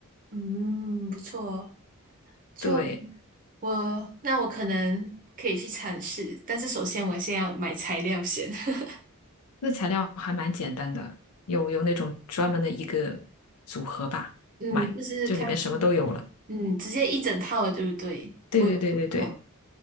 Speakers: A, on the right; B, on the left.
A: 嗯，不错哦就
B: 对，
A: 我，那我可能可以去尝试，但是首先我先要买材料先。<laughs>
B: 那材料还蛮简单的，有有那种专门的一个组合吧，
A: 嗯，
B: 买，
A: 就是它是
B: 就里面什么都有了。
A: 嗯，直接一整套的，对不对？
B: 对对对对对
A: 我有看到。